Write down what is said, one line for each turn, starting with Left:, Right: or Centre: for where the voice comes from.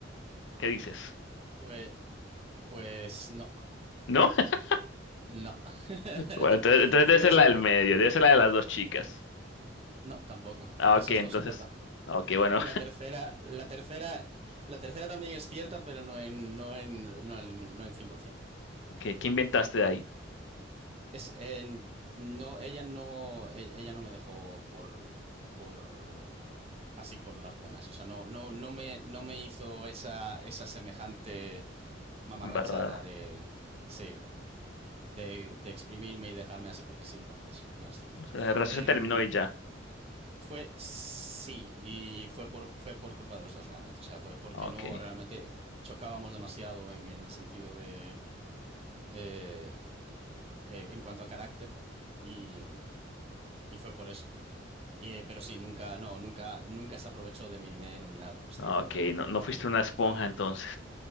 Left: ¿Qué dices?
Right: Pues, pues no,
Left: ¿No? <laughs>
Right: no. <laughs>
Left: Bueno, entonces, entonces
Right: Todo
Left: debe ser
Right: eso
Left: la
Right: fue...
Left: del medio, debe ser la de las dos chicas.
Right: No, tampoco.
Left: Ah,
Right: Esas
Left: ok, entonces.
Right: dos son verdad.
Left: ah, Ok, bueno.
Right: La tercera, la tercera, la tercera también es cierta, pero no en, no en, no en, no en 100%.
Left: ¿Qué, qué inventaste de ahí?
Right: Es, en- no, ella no, e- ella no me dejó por, por así por las buenas. O sea, no, no, no me, no me hizo esa, esa semejante mamarrachada
Left: Embarrada.
Right: de, sí, de, de exprimirme y dejarme así porque sí, no, eso no es cierto.
Left: O sea, el resto
Right: Em,
Left: se terminó y ya.
Right: fue sí y fue por, fue por culpa de los dos realmente. O sea, fue porque
Left: No,
Right: no
Left: Ok.
Right: realmente chocábamos demasiado en el sentido de eh, eh, en cuanto a carácter y y fue por eso. Eh, pero sí, nunca, no, nunca, nunca se aprovechó de mi dinero ni nada por el estilo,
Left: No, Ok, no,
Right: normalmente.
Left: no fuiste una esponja
Right: No,
Left: entonces.